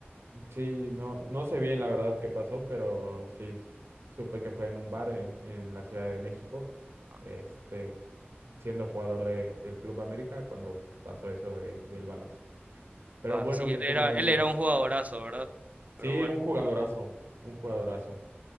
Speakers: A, on the right; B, on the right.
A: Sí, no, no sé bien la verdad qué pasó, pero sí supe que fue en un bar en, en la Ciudad de México,
B: Ah,
A: este, siendo jugador de- del Club América cuando pasó eso de- del balazo. Pero
B: va,
A: bueno,
B: sí,
A: mi
B: él
A: estimado
B: era, él
A: Elías,
B: era un jugadorazo, ¿verdad?
A: sí,
B: Pero bueno,
A: un jugadorazo, un jugadorazo,